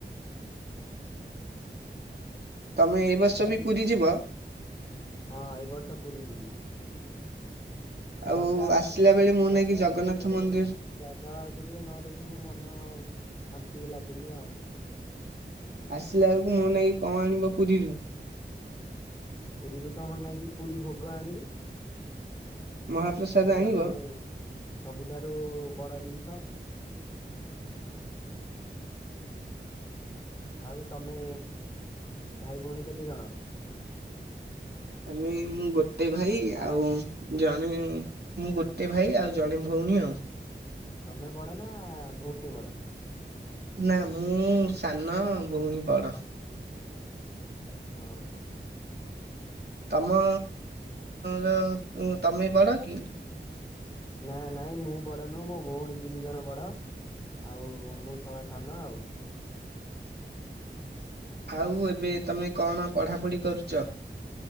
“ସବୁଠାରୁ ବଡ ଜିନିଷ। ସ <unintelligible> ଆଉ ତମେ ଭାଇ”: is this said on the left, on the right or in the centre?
Left